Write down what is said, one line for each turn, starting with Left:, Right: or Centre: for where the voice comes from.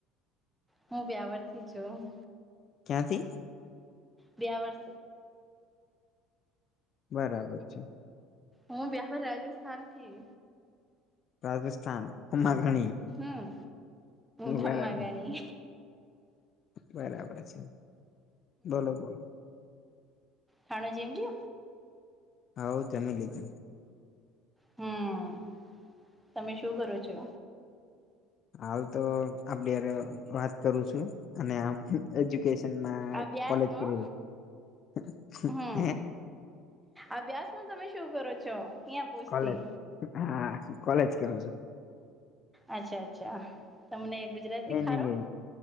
Centre: હું વયાવરથી છું.
Left: કયાં થી
Centre: બયાવર
Left: બરાબર છે
Centre: હું બયાહવર રાજસ્થાન થી
Left: રાજસ્થાન ખમ્મા ઘણી
Centre: હમ ખમા
Left: બરાબર
Centre: ગાણી
Left: બરાબર છે બોલો બોલો
Centre: થાણા જેમજઓ
Left: હા તમે લીધ
Centre: હમ તમે શું કરો છો?
Left: હાલ તો આપડ વાત કરું છું અને આમ એજ્યુકેશન મે
Centre: અભ્યાસમાં
Left: કોલેજ કર્યુ <unintelligible>
Centre: હમ અભ્યાસમાં તમે શું કરો છો અહિયાં પૂછતી
Left: કોલેજ હા કોલેજ કરું છું
Centre: અચ્છા અચ્છા તમને એક ગુજરાતી
Left: એન્જિનિયરિંગ
Centre: ખારો